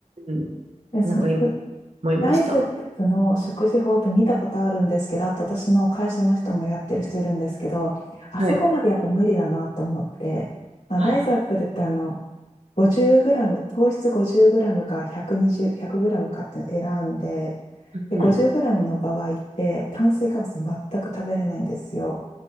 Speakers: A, on the right (about 60°); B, on the left (about 65°).
A: うん、
B: で、それ、
A: なんか今思いました。
B: ライズアップの食事法って見たことあるんですけど、
A: うん、
B: あと私の会社の人もやってる人いるんですけど、あそこまでやっぱ無理だなと思って、
A: はい。
B: まあ、ライズアップってあの、
A: あ
B: 50グラム、糖質50グラムか120、100グラムかっていうのを選んで、で、
A: ー
B: 50グラムの場合って、炭水化物全く食べれないんですよ。